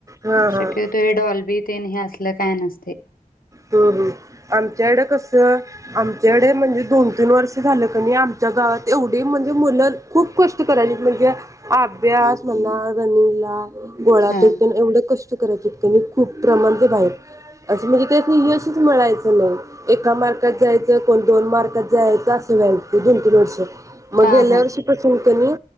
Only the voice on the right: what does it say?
हा
हा
हम्म हम्म आमच्याकडे कसं आमच्याकडे म्हणजे दोन तीन वर्ष झालं कने आमच्या गावात एवढी म्हणजे मुलं खूप कष्ट करायची म्हणजे अभ्यास म्हणा, रनिंगला गोळा
फेक तेन एवढं कष् करायचेत कने, खूप प्रमाण खूप आहे असं म्हणजे ते ते यशच मिळायचं नाही एका मार्कात जायचं, कोण दोन मार्कात जायचं असं व्हायचं दोन-तीन वर्ष मग
गेल्या
वर्षीपसून कने